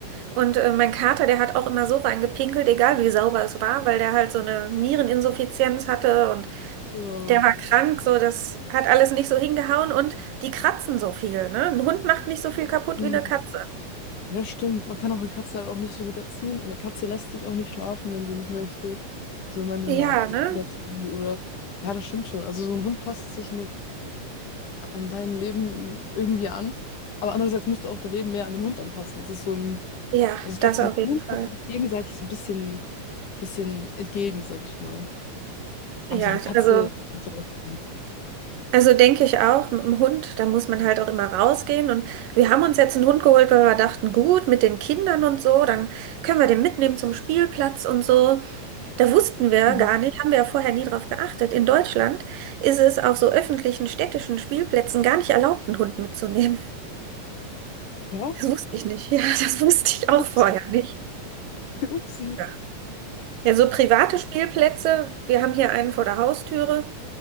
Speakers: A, on the right; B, on the left.
A: Und äh, mein Kater, der hat auch immer so reingepinkelt, egal wie sauber es war, weil der halt so eine Niereninsuffizienz hatte und
B: Ja,
A: der war krank, so das hat alles nicht so hingehauen und die kratzen so viel, ne? Ein Hund macht nicht so viel kaputt
B: Hm.
A: wie eine Katze.
B: Ja, stimmt. Man kann auch eine Katze halt auch nicht so gut erziehen. Und eine Katze lässt sich auch nicht schlafen, wenn sie nicht möchte. So immer eine
A: Ja,
B: Nacht
A: ne?
B: oder für die oder. Ja, das stimmt schon. Also so ein Hund passt sich mehr. an dein Leben irgendwie an. Aber andererseits musst du auch dein Leben mehr an den Hund anpassen. Das ist so ein,
A: Ja,
B: also ich glaube,
A: das
B: mit
A: auf jeden
B: Hund
A: Fall.
B: kommt man sich gegenseitig so ein bisschen, bisschen entgegen, sag ich mal. Aber
A: Ja,
B: so eine Katze.
A: also.
B: macht ja auch Sinn.
A: Also denke ich auch, mit dem Hund, da muss man halt auch immer rausgehen. Und wir haben uns jetzt einen Hund geholt, weil wir dachten, gut, mit den Kindern und so, dann können wir den mitnehmen zum Spielplatz und so. Da wussten wir
B: Mhm.
A: gar nicht, haben wir ja vorher nie drauf geachtet. In Deutschland ist es auf so öffentlichen städtischen Spielplätzen gar nicht erlaubt, einen Hund mitzunehmen.
B: Ja,
A: Das wusste ich nicht. Ja, das wusste ich auch
B: ups,
A: vorher nicht.
B: <laughs> upsi.
A: Ja, Ja, so private Spielplätze, wir haben hier einen vor der Haustüre,